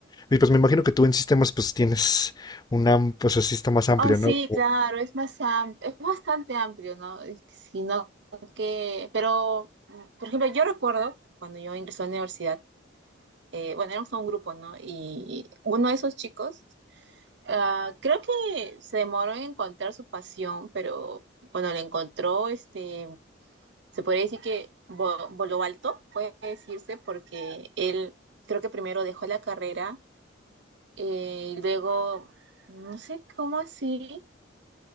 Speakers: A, on the left; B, on the right.
A: Y pues me imagino que tú en sistemas pues tienes un am- pues así está más amplio,
B: Oh, sí,
A: ¿no? Como-
B: claro, es más am- es bastante amplio, ¿no? Sino que, pero, mm, por ejemplo, yo recuerdo cuando yo ingresé a la universidad, eh, bueno, éramos un grupo, ¿no? Y uno de esos chicos, ah, creo que se demoró en encontrar su pasión, pero cuando la encontró, este, se podría decir que vo- voló alto, puede decirse, porque él creo que primero dejó la carrera eh, y luego, no sé cómo así,